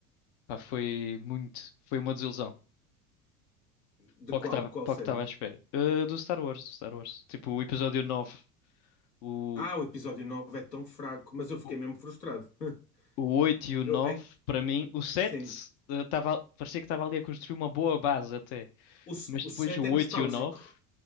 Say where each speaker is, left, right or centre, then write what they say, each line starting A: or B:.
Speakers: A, on the left; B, on the left.
A: Pá, foi muito, foi uma desilusão.
B: De
A: Para
B: qual,
A: o que estava,
B: de qual
A: para
B: série?
A: o que estava à espera. Ah, do Star Wars, do Star Wars. Tipo, o episódio nove, o,
B: Ah, o episódio 9 é tão fraco, mas eu fiquei
A: o,
B: mesmo frustrado. <laughs>
A: o 8 e o
B: Eu,
A: 9.
B: é,
A: para mim, o 7,
B: sim,
A: ah, tava, parecia que estava ali a construir uma boa base até.
B: o, s-
A: Mas
B: o
A: depois
B: 7
A: o 8
B: é nostálgico.
A: e o 9,